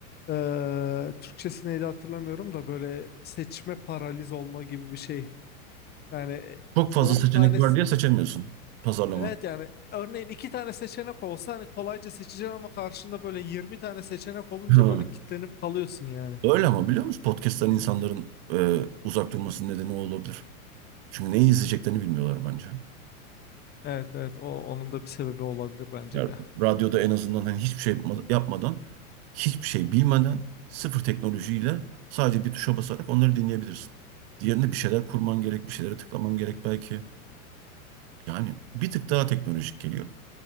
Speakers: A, on the left (about 25°); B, on the right (about 45°).
A: Ee, Türkçesi neydi hatırlamıyorum da böyle seçme paraliz olma gibi bir şey. Yani
B: Çok fazla
A: 10
B: seçenek
A: tane
B: var diye seçemiyorsun pazarlama.
A: Evet yani örneğin iki tane seçenek olsa hani kolayca seçeceğim ama karşında böyle 20 tane seçenek olunca
B: Ha.
A: böyle kitlenip kalıyorsun yani.
B: Öyle ama biliyor musun? Podcast'tan insanların e, uzak durmasının nedeni o olabilir. Çünkü neyi izleyeceklerini bilmiyorlar bence.
A: Evet evet o onun da bir sebebi olabilir bence
B: Ya
A: de.
B: radyoda en azından hani hiçbir şey yapma- yapmadan, hiçbir şey bilmeden, sıfır teknolojiyle sadece bir tuşa basarak onları dinleyebilirsin. Diğerinde bir şeyler kurman gerek, bir şeylere tıklaman gerek belki. Yani bir tık daha teknolojik geliyor.